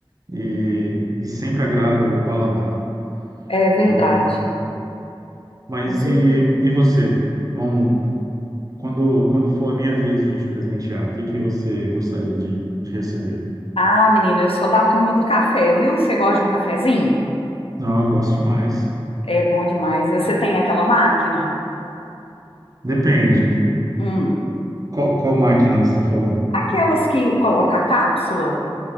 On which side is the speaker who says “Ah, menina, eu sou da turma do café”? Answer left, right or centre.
Left